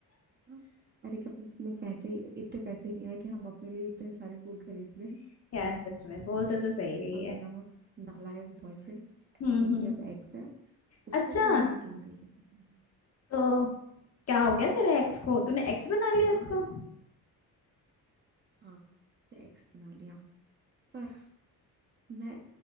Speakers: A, on the right (about 30°); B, on the left (about 40°).
A: हाँ, अरे कभी इतने पैसे इतने पैसे नहीं आए कि हम अपने लिए इतने सारे फूल खरीद लें
B: <laughs> यार सच में बोल तो तू सही रही
A: और मेरा
B: है
A: वो नालायक बॉयफ्रेंड
B: हम्म
A: जो
B: हम्म
A: कि अब एक्स है उससे
B: अच्छा
A: तो उम्मीद ही नहीं कर सकती थी।
B: तो क्या हो गया तेरे एक्स को तूने एक्स बना लिया
A: हाँ
B: उसको
A: हाँ मैंने उसे एक्स बना लिया पर मैं